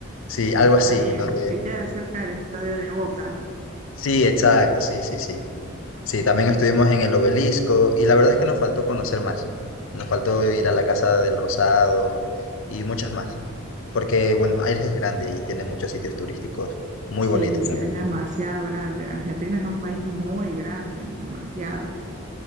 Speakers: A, on the left (about 70°); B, on the right (about 35°).
A: Sí, algo
B: Está
A: así,
B: bien.
A: donde...
B: Que queda cerca del estadio de Boca.
A: Sí, exacto, sí, sí, sí. Sí, también estuvimos en el obelisco y la verdad es que nos faltó conocer más. Nos faltó ir a la Casa del Rosado y muchas más. Porque Buenos Aires es grande y tiene muchos sitios turísticos muy
B: Sí,
A: bonitos,
B: es
A: la verdad.
B: demasiado grande. Argentina es un país muy grande, demasiado.